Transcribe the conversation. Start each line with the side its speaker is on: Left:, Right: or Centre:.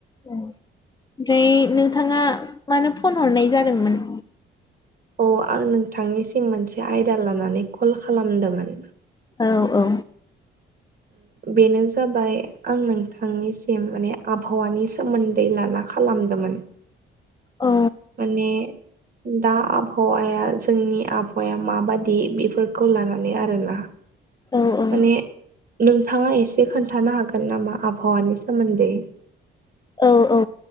Left: ओमफ्राय नोंथाङा मानो फन हरनाय जादोंमोन
Right: अ आं नोंथांनिसिम मोनसे आयदा लानानै कल खालामदोंमोन
Left: औ औ
Right: बेनो जाबाय आं नोंथांनिसिम माने आबहावानि सो सोमोन्दै लाना खालामदोंमोन
Left: अ
Right: माने दा आबहावाया जोंनि आबहावाया माबादि बेफोरखौ लानानै आरोना
Left: औ औ
Right: माने नोंथाङा एसे खोन्थानो हागोन नामा आबहावानि सोमोन्दै
Left: औ औ